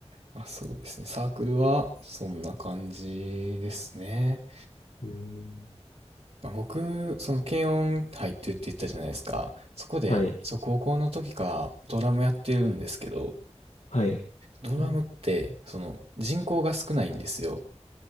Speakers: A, on the right; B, on the left.
A: まあ、そうですね。サークルはそんな感じですね。
B: うん
A: まあ、僕、その軽音入ってるって言ったじゃないですか。そこで、
B: はい。
A: そう、高校の時からドラムやってるんですけど、
B: はい。
A: ドラムって、
B: うん
A: その人口が少ないんですよ。